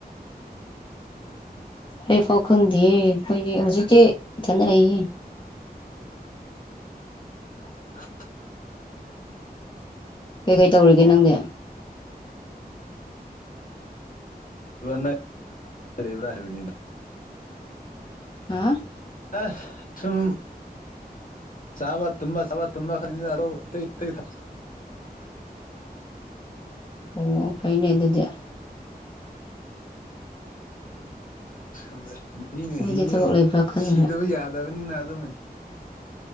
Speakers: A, on the left; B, on the left.
A: ꯑꯩꯐꯥꯎ ꯈꯪꯗꯦ ꯑꯩꯈꯣꯏꯗꯤ ꯍꯧꯖꯤꯛꯤ ꯆꯠꯅꯔꯛꯏ
B: <inaudible>
A: ꯀꯩꯀꯩ ꯇꯧꯔꯤꯒꯦ ꯅꯪꯗꯤ
B: ꯅꯪ ꯂꯩꯕ꯭ꯔꯥ ꯍꯥꯏꯕꯅꯤꯗ
A: ꯑ
B: ꯑ ꯁꯨꯝ ꯆꯕ ꯇ ꯆꯕ ꯇ ꯈ <inaudible>
A: ꯑꯣ ꯐꯩꯅꯦ ꯑꯗꯨꯗꯤ
B: ꯑꯁ ꯃꯤꯅꯦ
A: ꯑꯩꯗꯤ
B: ꯍꯤꯡꯉꯦ
A: ꯊꯕꯛ ꯂꯩꯕ꯭ꯔꯥ ꯈꯜꯂꯨꯔꯦ
B: ꯁꯤꯗꯕ ꯌꯥꯗꯕꯅꯤꯅ ꯑꯗꯨꯝ